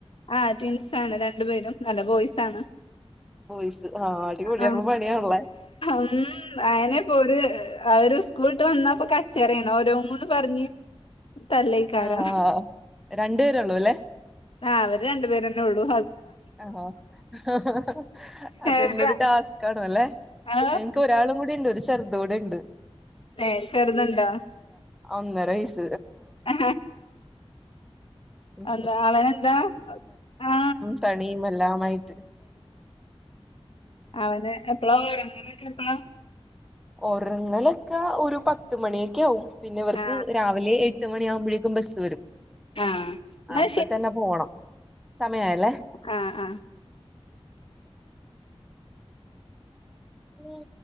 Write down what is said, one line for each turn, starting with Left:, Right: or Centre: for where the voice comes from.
Left: ആ ട്വിൻസാന് രണ്ടു പേരും നല്ല ബോയ്സാണ്
Centre: ബോയ്സ് ആ അടിപൊളി
Left: ആ
Centre: അപ്പൊ പണിയാണല്ലേ
Left: ഉം അയിനെപ്പോ ഒരു ആവരുസ്കൂളിട്ട് വന്നപ്പൊ കച്ചറേന് ഓരോ മുന്ന് പറഞ്ഞ് തല്ലേക്കാരം
Centre: ആ രണ്ടു പേരള്ളൂ ല്ലേ
Left: ആ അവര് രണ്ടു പേരൊന്നൊള്ളൂ
Centre: ആണോ ആ ആ അതന്നരു
Left: ഒരു-
Centre: ടാസ്ക് ണല്ലെ
Left: ആ
Centre: എൻക്ക് ഒരാളും കൂടി ണ്ട് ഒരു ചെറുതൂ ടീണ്ട്
Left: ഏ ചെറുത്ണ്ടോ
Centre: ഒന്നരയസ്സ്
Left: ആ
Centre: ഉം.
Left: എന്താ അവനദ ആ
Centre: പണിയുമെല്ലാമായിട്ട്
Left: അവന എപ്പളാ ഒറങ്ങനൊക്കെ എപ്പളാ
Centre: ഉറങ്ങലൊക്കെ ഒരു പത്ത് മണിക്കെ ആവും പിന്നെവർക്ക്
Left: ആ
Centre: രാവിലെ എ് ട്ട് മണിഴാവുമ്പോഴേക്കും ബസ്സ് വരും
Left: ആ എന്നാ
Centre: അപ്പ തന്നെ പോണം സമഴായല്ലേ
Left: ആ ആ
Centre: ഉം